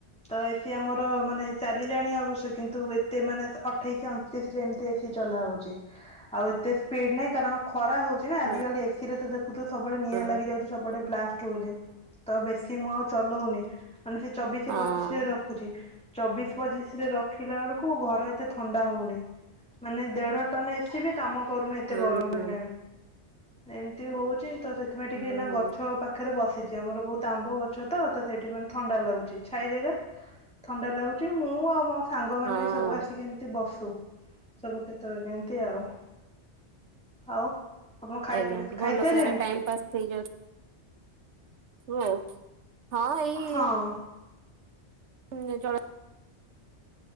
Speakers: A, in the centre; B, on the right (about 85°).
A: ତ ଏସି ଆମର ମାନେ ଚାଲିଲାଣି ଅବଶ୍ୟ କିନ୍ତୁ ଏତେ ମାନେ ଅଠେଇଶ ଅଣତିରିଶରେ ଏମତି। ଏ ସି ଚଲା ହଉଛି ଆଉ ଏତେ ସ୍ପିଡ ନାହିଁ କାରଣ ଖରା ହଉଛି ନା
B: ହୁଁ
A: ଆଜିିକାଲି ଏସିରେ ତ। ୁ ତ ସବୁବେଳେ ନିଆଁ
B: ହୁଁ
A: ଲାଗି ଯାଉଛି ସବୁବେଳେ ବ୍ଲାଷ୍ଟ ହଉଛି ତ ବେଶୀ ମୁଁ ଚଲଉନି ମାନେ ସେ ଚବିଶ
B: ହଁ
A: ପଚିଶରେ ରଖୁଛି। ଚବିଶ ପଚିଶରେ ରଖିଲା ବେଳକୁ ଘର ଏତେ ଥଣ୍ଡା ହଉନି। ମାନେ ଦେଢ ଟନ ଏସି ବି କାମ କରୁନି ଏତେ
B: ହୁଁ
A: ଗରମ ହେଲାଣି। ଏମିତି ହଉଛି ତ ସେଥିପାଇଁ
B: ହୁଁ
A: ଟିକେ ଏନା ଗଛ ପାଖରେ ବସିଛି ଆମର ବହୁତ ଆମ୍ବ ଗଛ। ତ ସେଠି ମାନେ ଥଣ୍ଡା ଲାଗୁଛି ଛାଇ ଜାଗା ଥଣ୍ଡା ଲାଗୁଛି ମୁଁ ଆଉ ମୋ ସାଙ୍ଗମାନେ
B: ହଁ।
A: ବି ସବୁ ଆସିକି ଏମିତି ବସୁ। ସବୁ କେତେବେଳେ କେମତି ଆଉ ଆଉ। ଆପଣ ଖାଇ
B: ଆଜ୍ଞା
A: ପି ଖାଇସାଇଲେଣି?
B: ଭଲ ସେଇଟା ଟାଇମ ପାସ୍ ହେଇଯାଉଛି। ହୁଉ ହଁ ଏଇ।
A: ହଁ
B: ହୁଁ ଜଳ